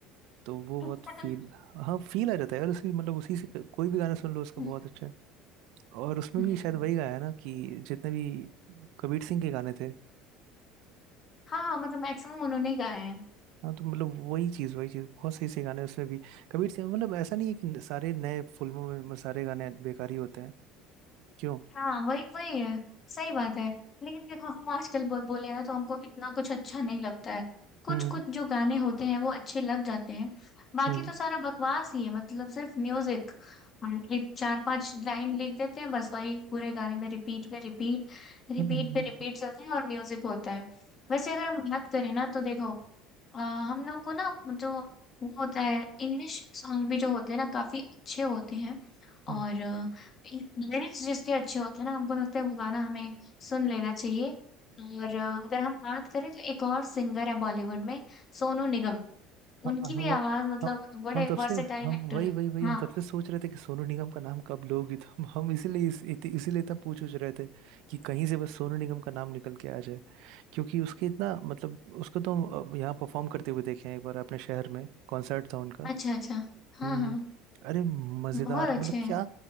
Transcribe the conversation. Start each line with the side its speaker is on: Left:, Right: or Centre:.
Right: तो वो बहुत
Left: <laughs>
Right: फील हाँ फील आ जाता है यार उसी मतलब उसी से क- कोई भी गाना सुन लो उसका
Left: हम्म
Right: बहुत अच्छा है और उसमें
Left: हम्म।
Right: भी शायद वही गाया है ना कि जितने भी कबीर सिंह के गाने थे
Left: हाँ मतलब मैक्सिमम उन्होंने ही गाया है
Right: हाँ तो मतलब वही चीज़ वही चीज़ बहुत सही सही गाने हैं उसमें भी कबीर सिंह मतलब ऐसा नहीं है कि सारे नए फिल्मों में सारे गाने बेकार ही होते हैं क्यों
Left: हाँ वही वही है सही बात है लेकिन देखो हम आजकल बो, बोले ना तो हमको इतना कुछ अच्छा नहीं लगता है कुछ
Right: हम्म
Left: कुछ जो गाने होते हैं वो अच्छे लग जाते हैं बाकी
Right: हम्म
Left: तो सारा बकवास ही है मतलब सिर्फ म्यूजिक और एक चार पांच लाइन लिख देते हैं बस वही पूरे गाने में रिपीट पे रिपीट रिपीट
Right: हम्म हम्म,
Left: पे रिपीट चलते हैं और म्यूजिक होता है वैसे अगर हम बात करें ना तो देखो अ, हम लोग को ना जो वो होता है इंग्लिश सॉन्ग भी जो होते हैं ना काफी अच्छे होते हैं और
Right: हम्म।
Left: लिरिक्स जिसके अच्छे होते हैं ना हमको लगता है वो गाना हमें सुन लेना चाहिए और अ, अगर हम बात करें तो एक और सिंगर है बॉलीवुड में सोनू निगम
Right: हाँ,
Left: उनकी
Right: हाँ, हम
Left: भी आवाज मतलब
Right: हम
Left: बड़े
Right: हम तब
Left: वर्सेटाइल
Right: से हम
Left: एक्टर
Right: वही
Left: है
Right: वही वही
Left: हाँ
Right: हम तब से सोच रहे थे कि सोनू निगम का नाम कब लोगी तो हम हम इसीलिए इस, इति- इसीलिए इतना पूछ उछ रहे थे कि कहीं से बस सोनू निगम का नाम निकल के आ जाए क्योंकि उसके इतना मतलब उसको तो हम अ, यहाँ परफॉर्म करते हुए देखे हैं एक बार अपने शहर में कॉन्सर्ट था उनका
Left: अच्छा अच्छा हाँ
Right: हम्म
Left: हाँ
Right: हम्म। अरे मजेदार
Left: बहुत
Right: मतलब
Left: अच्छे हैं
Right: क्या